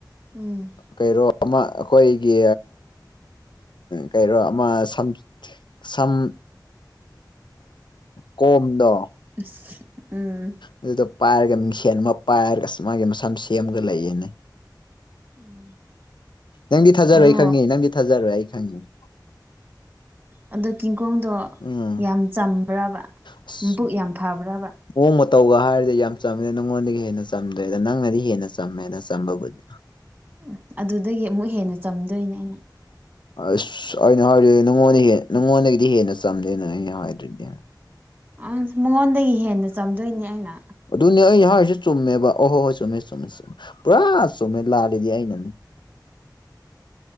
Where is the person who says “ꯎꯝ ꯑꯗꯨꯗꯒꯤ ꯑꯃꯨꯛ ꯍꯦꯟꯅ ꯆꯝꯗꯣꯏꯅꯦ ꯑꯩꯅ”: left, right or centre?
Right